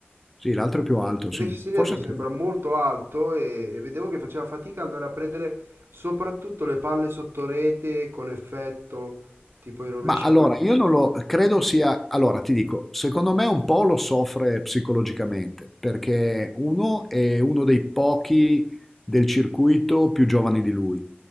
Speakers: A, in the centre; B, on the right.
A: Sì, l'altro è più alto,
B: Invece
A: sì.
B: Senior
A: Forse
B: mi
A: anche-
B: sembra molto alto e e vedevo che faceva fatica ad andare a prendere soprattutto le palle sotto rete con effetto, tipo i rovesci
A: Ma allora,
B: di...
A: io non lo credo sia, allora ti dico, secondo me un po' lo soffre psicologicamente, perché uno è uno dei pochi del circuito più giovani di lui